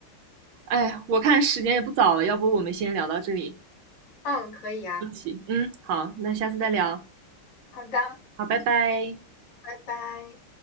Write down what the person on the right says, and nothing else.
哎，我看时间也不早了，要不我们先聊到这里，
嗯行，
嗯，好，那下次再聊，
好，拜拜。